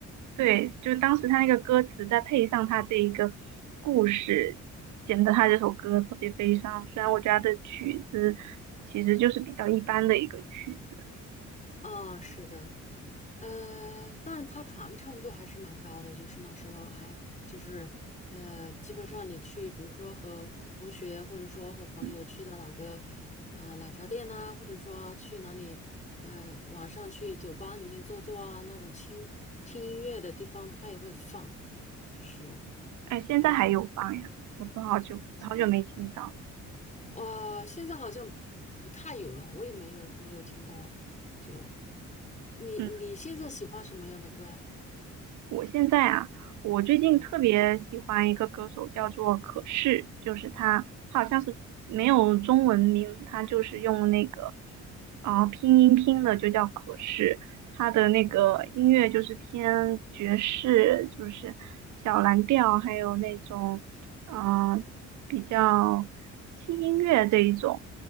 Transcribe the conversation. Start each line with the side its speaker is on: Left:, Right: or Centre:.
Right: 对，就当时他那个歌词，再配上他这一个故事，显得他这首歌特别悲伤。虽然我觉得他的曲子其实就是比较一般的一个曲子，
Left: 哦，是的，呃，但是它传唱度还是蛮高的，就是那时候还就是呃，基本上你去，比如说和同学或者说和朋友去到哪个呃奶茶店呐、
Right: 嗯，
Left: 或者说去哪里呃晚上去酒吧里面坐坐啊，那种听听音乐的地方，它也会放，就是
Right: 哎，现在还有放呀，
Left: 还蛮
Right: 我都好久好久没听到，
Left: 现哇，现在好像不太有了，我也没有没有听到哎，就你你现在喜欢什么样的歌呀？
Right: 嗯。我现在啊，我最近特别喜欢一个歌手，
Left: 嗯，
Right: 叫做可视，就是他，他好像是没有中文名，他就是用那个啊、呃拼音拼的，就叫可视。他的那个音乐就是偏爵士，
Left: 啊
Right: 就是小蓝调，还有那种啊、呃比较轻音乐这一种。